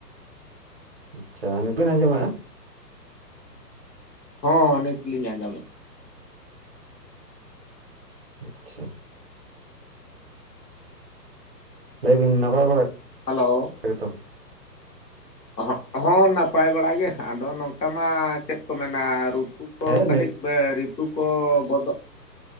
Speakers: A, on the right; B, on the left.
A: ᱟᱪᱪᱷᱟ ᱱᱤᱛᱵᱤᱱ ᱟᱸᱡᱚᱢᱮᱜ-ᱟ?
B: ᱦᱚᱸ ᱱᱤᱛᱞᱤᱧ ᱟᱸᱡᱚᱢᱮᱫ
A: ᱟᱪᱪᱷᱟ ᱞᱟᱹᱭᱵᱤᱱ ᱱᱟᱯᱟᱭ ᱵᱟᱲᱟ?
B: ᱦᱟᱞᱳ
A: ᱦᱮ ᱛᱚ
B: ᱚᱦᱚᱜ ᱦᱚᱸ ᱱᱟᱯᱟᱭ ᱵᱟᱲᱟ ᱜᱮ ᱟᱫᱚ ᱱᱚᱝᱠᱟ ᱢᱟ ᱪᱮᱫ ᱠᱚ ᱢᱮᱱᱟ ᱨᱩᱛᱩ ᱠᱚ
A: ᱦᱮᱸ
B: ᱠᱟᱹᱴᱤᱡ
A: ᱱᱤᱛᱚᱜ
B: ᱯᱮ ᱨᱤᱛᱩ ᱠᱚ ᱵᱚᱫᱚ,